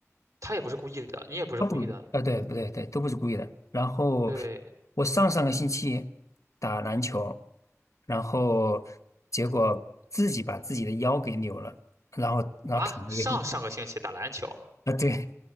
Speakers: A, on the right; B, on the left.
A: 他也不是故意的，你也不是故意的。
B: 他不，呃，对，不对，对，都不是故意的。然后
A: 对
B: 我上上个星期打篮球，然后结果自己把自己的腰给扭了，然后然后躺了一个星期。
A: 啊，上上个星期打篮球
B: 啊，对